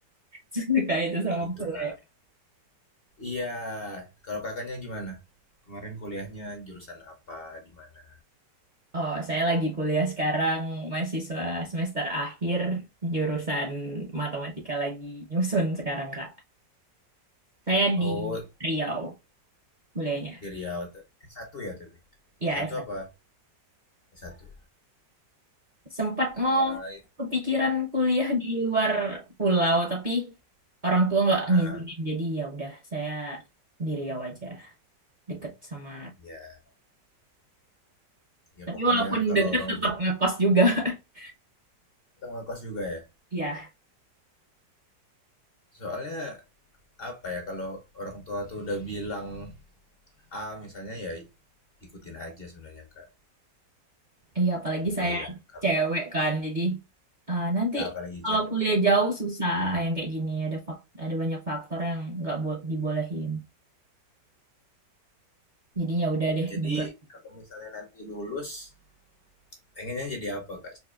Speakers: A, on the right; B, on the left.
A: <laughs> Suka itu
B: kayak
A: sama
B: gitu
A: bola.
B: kak
A: ya.
B: iya kalau kakaknya gimana kemarin kuliahnya jurusan apa di mana
A: Oh, saya lagi kuliah sekarang, mahasiswa semester akhir, jurusan matematika lagi nyusun sekarang, Kak. Saya
B: oh
A: di Riau kuliahnya.
B: di Riau tuh. S1 ya tapi
A: Iya,
B: S1 apa S1
A: sempat mau
B: Eh, itu
A: kepikiran kuliah di luar pulau tapi orang tua nggak ngizinin
B: Ah,
A: jadi ya udah saya di Riau aja deket sama
B: ya ya
A: tapi
B: pokoknya
A: walaupun
B: kalau
A: deket
B: orang
A: tetap
B: tua
A: ngekos juga <laughs>
B: kita ngekos juga ya
A: Iya,
B: soalnya apa ya kalau orang tua tuh udah bilang A misalnya ya ikutin aja sebenarnya kak
A: iya apalagi
B: gitu
A: saya
B: ya kalau
A: cewek kan jadi eh, nanti
B: Ya apalagi
A: kalau
B: cewek.
A: kuliah jauh susah yang kayak gini ada fak- ada banyak faktor yang nggak bo- dibolehin jadinya ya udah deh
B: Jadi
A: nurut
B: kalau misalnya nanti lulus, pengennya jadi apa kak?